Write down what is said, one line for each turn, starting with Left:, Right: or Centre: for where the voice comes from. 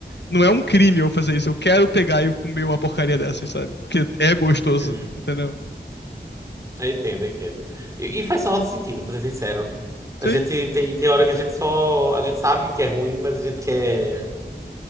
Left: não é um crime eu fazer isso. Eu quero pegar e comer uma porcaria dessas, sabe? Porque é gostoso,
Right: Uhum,
Left: entendeu?
Right: eu entendo, eu entendo. E, e faz só sentido, pra ser sincero. A
Left: Sim.
Right: gente tem, tem hora que a gente só. A gente sabe que é ruim, mas a gente quer.